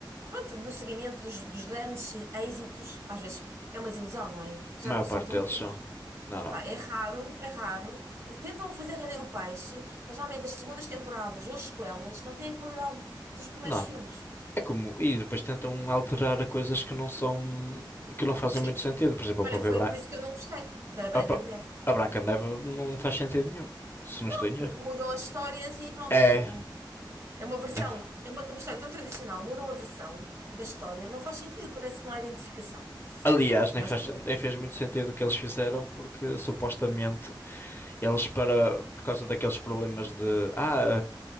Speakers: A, on the right; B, on the left.
A: pronto, no seguimento dos, dos grandes êxitos, às vezes é uma desilusão, não é? Já
B: maior
A: não são
B: parte
A: tão
B: deles
A: bons.
B: são. Não, não.
A: Epá, é raro, é raro. Tentam fazer render o peixe, mas normalmente as segundas temporadas ou as sequelas não têm a qualidade dos primeiros
B: Não.
A: filmes.
B: É como, e depois tentam alterar coisas que não são, que não fazem
A: Sim.
B: muito sentido. Por exemplo,
A: Olha,
B: a própria
A: foi
B: Bran-
A: por isso que eu não gostei da Branca
B: a, pa-
A: de Neve.
B: a Branca de Neve não faz sentido nenhum, se não
A: Não,
B: estou em
A: Porque
B: erro.
A: mudam as histórias e pronto,
B: É,
A: e não... é uma versão,
B: né?
A: é uma, uma história tão tradicional, mudam a versão da história, não faz sentido, parece que não há identificação.
B: Aliás, nem
A: Mas,
B: faz,
A: pronto,
B: nem fez muito sentido o que eles fizeram, porque supostamente eles para, por causa daqueles problemas de, ah,